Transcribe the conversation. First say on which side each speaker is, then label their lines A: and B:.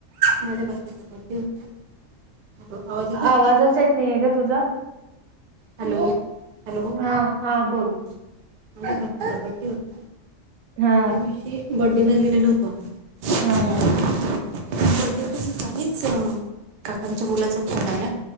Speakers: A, on the right (about 70°); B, on the right (about 85°).
A: माझ्या भाचीचा बड्डे होता. हॅलो आवाज येतोय
B: आवाजच येत नाहीये गं तुझा.
A: हॅलो. हॅलो
B: हा हा बोल.
A: <unintelligible>
B: हा
A: त्या दिवशी बड्डेला गेलेलो होतो. <unintelligible>
B: हा हा
A: काकांच्या मुलाचा फोन आला.